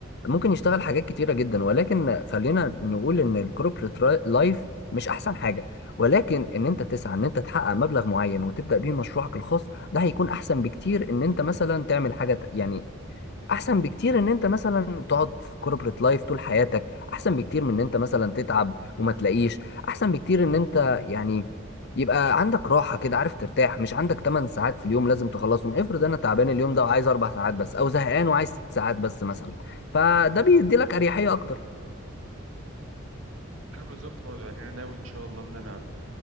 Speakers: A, on the left; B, on the right.
A: ممكن يشتغل حاجات كتيره جدا ولكن خلينا نقول ان الكوربريت لايف مش احسن حاجه ولكن ان انت تسعى ان انت تحقق مبلغ معين وتبدا بيه مشروعك الخاص ده هيكون احسن بكتير ان انت مثلا تعمل حاجه يعني احسن بكتير ان انت مثلا تقعد في كوربريت لايف طول حياتك احسن بكتير من ان انت مثلا تتعب وما تلاقيش احسن بكتير ان انت يعني يبقى عندك راحة كده عارف ترتاح مش عندك 8 ساعات في اليوم لازم تخلصهم افرض انا تعبان اليوم ده وعايز 4 ساعات بس او زهقان وعايز 6 ساعات بس مثلا فده بيدي لك اريحية اكتر
B: أيوة بالظبط برضه يعني أنا ناوي إن شاء الله إن أنا